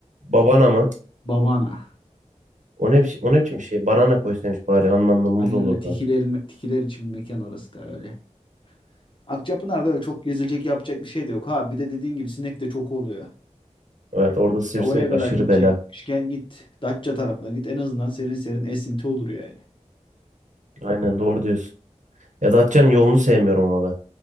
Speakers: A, on the right; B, on the left.
A: Babana mı?
B: Bavana.
A: O ne, biçim, o ne biçim bir şey? Banana koysaymış bari anlamlı muz
B: Aynen
A: olurdu
B: öyle tikilerin,
A: adı.
B: tikiler için bir mekan orası da öyle. Akçapınar'da öyle çok gezilecek yapacak bir şey de yok abi. Bir de dediğin gibi sinek de çok oluyor.
A: Evet orada sivrisinek
B: Ya oraya kadar
A: aşırı
B: gidecekmişken
A: bela.
B: git Datça tarafına git. En azından serin serin esinti olur yani.
A: Aynen doğru diyorsun. Ya Datça'nın yolunu sevmiyorum ama